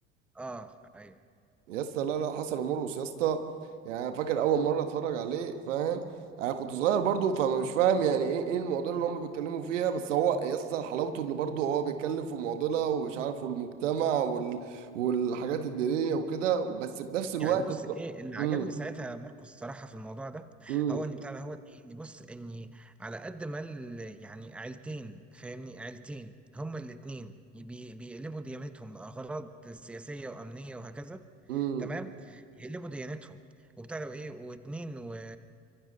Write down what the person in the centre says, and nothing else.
اه ايوه
يعني بص
ايه اللي
عجبني ساعتها ماركوس الصراحه في الموضوع ده
هو ان بتاع ده هو ان بص اني على قد ما ال- يعني عيلتين فاهمني عيلتين هما الاتنين بي- بيقلبوا ديانتهم لاغراض سياسيه وامنيه وهكذا
تمام يقلبوا ديانتهم وبتاع ده وايه واتنين و